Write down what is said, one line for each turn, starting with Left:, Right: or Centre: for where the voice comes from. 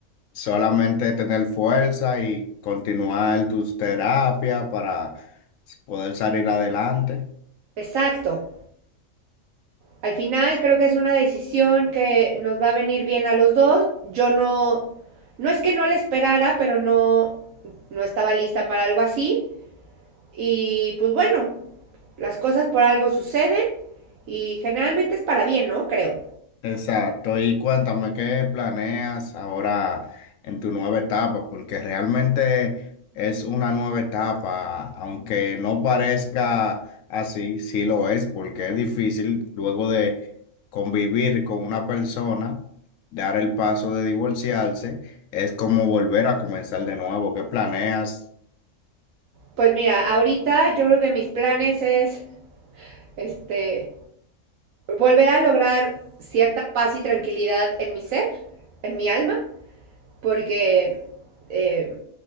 Left: solamente tener fuerza y continuar tus terapias para poder salir adelante.
Right: Exacto. Al final creo que es una decisión que nos va a venir bien a los dos. Yo no, no es que no la esperara, pero no, no estaba lista para algo así. Y pues bueno, las cosas por algo suceden y generalmente es para bien, ¿no? Creo.
Left: Exacto, y cuéntame qué planeas ahora en tu nueva etapa, porque realmente es una nueva etapa, aunque no parezca así, sí lo es, porque es difícil luego de convivir con una persona, dar el paso de divorciarse, es como volver a comenzar de nuevo. ¿Qué planeas?
Right: Pues mira, ahorita yo creo que mis planes es este volver a lograr cierta paz y tranquilidad en mi ser, en mi alma, porque eh,